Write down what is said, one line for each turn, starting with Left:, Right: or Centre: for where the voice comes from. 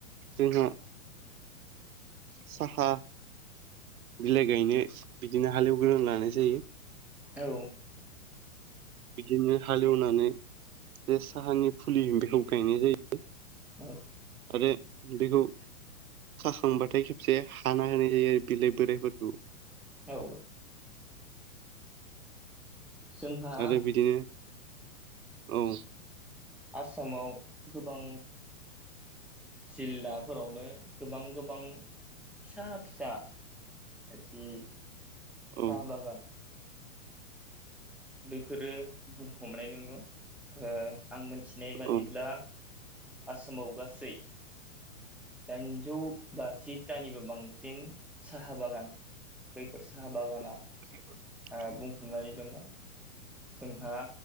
Right: जोंहा साहा बिलाइ गायनो बिदिनो हालेवगोरना लानाय जायो
Centre: औ
Right: बिदिनो हालेवनानै जे साहानि फुलि बेखौ गायनाय जायो
Centre: औ
Right: आरो बेखौ खाखांबाथाय खेबसे हाना होनाय जायो आरो बिलाइ बोराइफोरखौ
Centre: औ जोंहा
Right: आरो बिदिनो औ
Centre: आसामाव गोबां जिल्लाफोरावनो गोबां गोबां फिसा फिसा एसे
Right: औ
Centre: साहा बागान बैफोरो बुंफबनाय नुयो आरो आं मिथिनाय बादिब्ला
Right: औ
Centre: आसामाव गासै दाइनजौ बाजिथानिबो बांसिन साहा बागान। बैफोर साहा बागाना
Right: <inaudible>
Centre: ओ बुंफुंनानै दङ। जोंहा